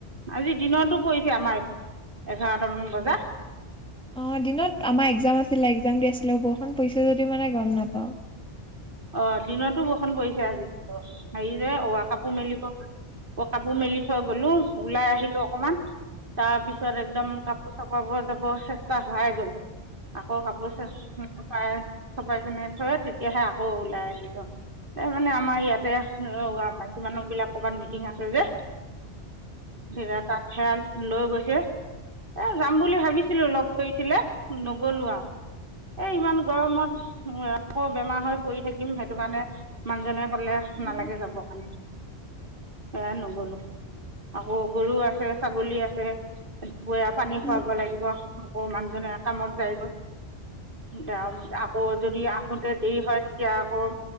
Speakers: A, on the right; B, in the centre.
A: আজি দিনতো কৰিছে আমাৰ এঘাৰটামান বজাত।
B: অহ, দিনত আমাৰ এক্সাম আছিলে এক্সাম দি আছিলে বৰষুণ পৰিছে যদি মানে গম নাপাওঁ।
A: অ' দিনতো বৰষুন পৰিছে আজি। হেৰি যে অ' আ কাপোৰ মেলিব গল অহ, আকৌ কাপোৰ মেলি থৈ গলো ওলাই আহিলো অকমান তাৰ পিছত একদম কাপোৰ চপাব যাব চেষ্টা হোৱাই গ'ল আকৌ কাপোৰ চপাই- চপাই কিনে থৈ তেতিয়াহে আও আকৌ ওলাই আহিলো এ' মানে আমাৰ ইয়াতে অ' আমাৰ মানুহ বিলাক ক'বাত মিটিং আছে যে বিৰাটা খেল। লৈ গৈছে, এ' যাম বুলি ভাবিছিলো লগ ধৰিছিলে নগলো আও। এ 'ইমান গৰমত উহ, আকৌ বেমাৰ হৈ পৰি থাকিম সেইটো কাৰণে মানুহজনে কলে
B: উম,
A: নালাগে যাব কাৰনে। এ 'নগলো আকৌ গৰু আছে, ছাগলী আছে বৈয়া পানী
B: উম।
A: খোৱাব লাগিব। আকৌ মানুহজনে কামত যায়গৈ। <unintelligible> আকৌ যদি আহ। আহোতে দেৰি হয় এতিয়া আকৌ